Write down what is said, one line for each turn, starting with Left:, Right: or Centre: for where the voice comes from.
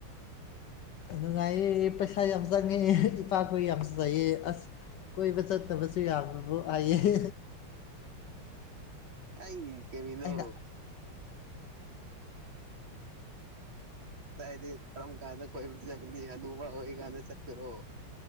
Left: ꯅꯨꯡꯉꯥꯏꯌꯦ ꯄꯩꯁꯥ ꯌꯥꯝ ꯆꯪꯉꯦ ꯏꯄꯥꯈꯣꯏ ꯌꯥꯝ ꯆꯩꯌꯦ ꯑꯁ ꯀꯣꯏꯕ ꯆꯠꯇꯕꯁꯨ ꯌꯥꯕꯕꯨ ꯍꯥꯏꯌꯦ
Right: ꯑꯩ ꯀꯔꯤꯅꯣ
Left: ꯑꯩꯅ
Right: ꯗꯥꯏꯗꯤ ꯀꯔꯝ ꯀꯥꯟꯗ ꯀꯣꯏ ꯆꯠꯀꯅꯤ ꯍꯥꯅꯨꯕ ꯑꯣꯏ ꯀꯥꯟꯗ ꯆꯠꯀꯔꯣ